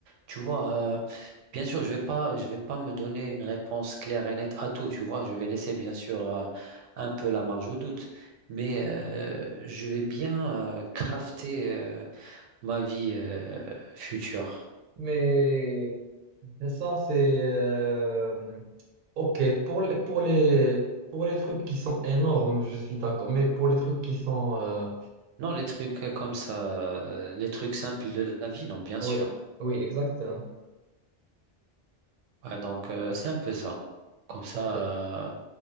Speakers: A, on the right; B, on the right.
A: tu vois, euh, bien sûr, je vais pas, je vais pas me donner une réponse claire et nette à tout, tu vois. Je vais laisser, bien sûr, euh, un peu la marge au doute. Mais euh, je vais bien euh, crafter euh, ma vie euh, future.
B: Mais Et ça, c'est... euh, Ok, pour les, pour les, pour les trucs qui sont énormes, je suis d'accord. Mais pour les trucs qui sont... euh,
A: Non, les trucs comme ça, euh, les trucs simples de la vie, non, bien
B: Oui,
A: sûr.
B: oui, exactement.
A: Ouais, donc euh, c'est un peu ça. Comme ça,
B: Ok,
A: euh,